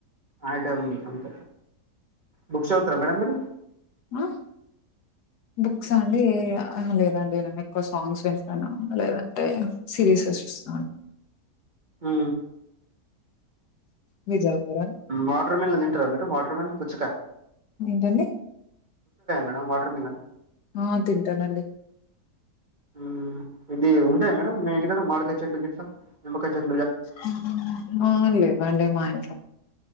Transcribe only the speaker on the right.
ఆట అంత బుక్స్ చవుతుర మేడం మీరు
ఆ
వాటర్ మీన్ తింటారా మీరు వాటర్ మీన్ పుచ్చుకాయ
మేడం వాటర్ మిలన్
మ్మ్ ఇది ఉంటాయా మేడం మీ ఇంటికాడ మాడికాయ చెట్లు గిట్ట నిమ్మకాయ చెట్టు